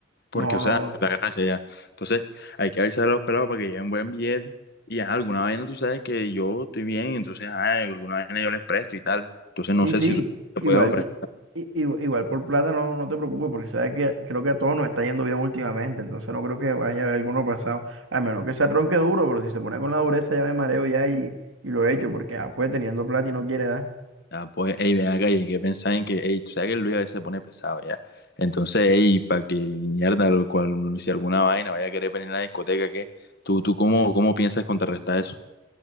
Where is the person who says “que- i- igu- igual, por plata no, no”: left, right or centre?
Right